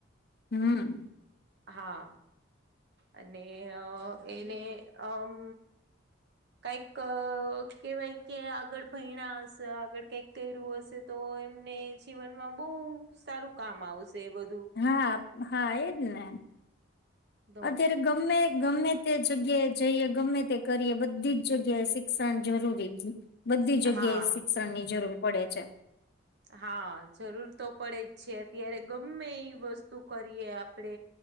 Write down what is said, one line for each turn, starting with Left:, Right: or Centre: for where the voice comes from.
Left: હમ
Right: હા અને એને અમ કઈક કહેવાય કે આગળ ભયણા હશે આગળ કઈક કર્યું હશે.? તો એમને જીવનમાં બહુ સારું કામ આવશે બધું.
Left: હા હા એજ ને. !
Right: તો
Left: અત્યારે ગમે ગમે તે જગ્યાએ જઈએ ગમે તે કરીએ બધી જ જગ્યાએ શિક્ષણ જરૂરી, બધી જગ્યાએ
Right: હા
Left: શિક્ષ ની જરૂર પડે છે.
Right: હા જરૂર તો પડે જ છે અત્યારે ગમે એ વસ્તુ કરીએ આપડે